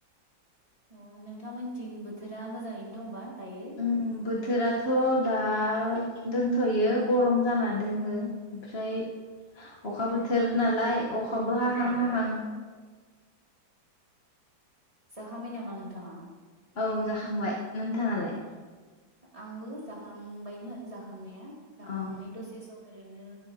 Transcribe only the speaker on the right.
अ नोंथांमोनथिं बोथोरा मोजाङैनो दंबा दायो?
औ
जाखांबायनामा नोंथाङा?
आंबो जाखाङबायमोन जाखांनाया। जाखांनानै
दसेसम। ओरैनो